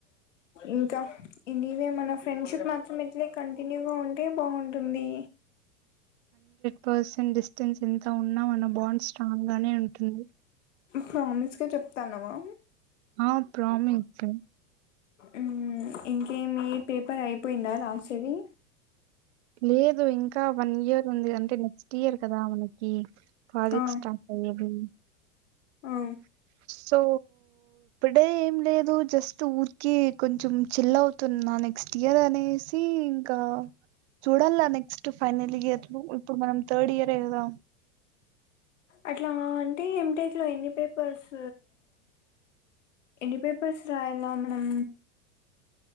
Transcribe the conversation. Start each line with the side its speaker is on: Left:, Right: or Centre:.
Left: ఇంకా ఇవి మన ఫ్రెండ్షిప్ మాత్రం ఇట్లే కంటిన్యూగా ఉంటే బాగుంటుంది
Right: పర్సన్ డిస్టెన్స్ ఎంత ఉన్నా మన బాండ్ స్ట్రాంగ్ గానే ఉంటుంది
Left: ప్రామిస్గా చెప్తాన్నావా
Right: ఆ ప్రామిక్
Left: ఊ ఇంకేమి పేపర్ అయిపోయిందా రాసేది
Right: లేదు ఇంకా వన్ ఇయర్ ఉంది అంటే నెక్స్ట్ ఇయర్ కదా మనకి ప్రాజెక్ట్
Left: ఆ
Right: స్టార్ట్ అయ్యది
Left: ఆ
Right: సో దే ఏం లేదు జస్ట్ ఊరికె కొంచం చిల్లవు తున్న నెక్స్ట్ ఇయర్ అనేసి ఇంకా చూడాల నెక్స్ట్ ఫైనల్ ఇయర్ ఇప్పుడు మనం థర్డ్ ఇయరే కదా
Left: అట్లా అంటే ఏంటెక్ లో ఎన్ని పేపర్స్ ఎన్ని పేపర్స్ రాయాల మనం